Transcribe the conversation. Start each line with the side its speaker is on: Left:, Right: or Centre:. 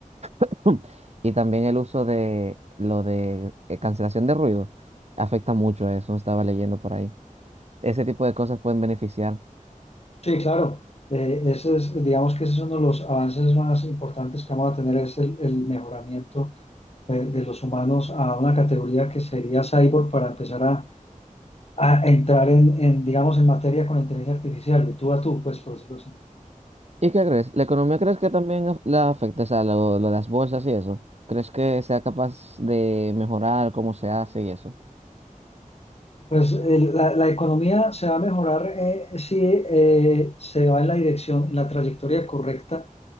Right: <laughs> Y también el uso de lo de eh, cancelación de ruido afecta mucho a eso, estaba leyendo por ahí. Ese tipo de cosas pueden beneficiar.
Left: Sí, claro. Eh, ese es, digamos que ese es uno de los avances más importantes que vamos a tener, es el, el mejoramiento eh, de los humanos a una categoría que sería cyborg para empezar a, a entrar en, en, digamos, en materia con la inteligencia artificial, de tú a tú, pues, por decirlo así.
Right: ¿Y qué crees? ¿La economía crees que también af- la afecta, o sea, lo, lo de las bolsas y eso? ¿Crees que sea capaz de mejorar cómo se hace y eso?
Left: Pues el- la, la economía se va a mejorar eh, si eh, se va en la dirección, en la trayectoria correcta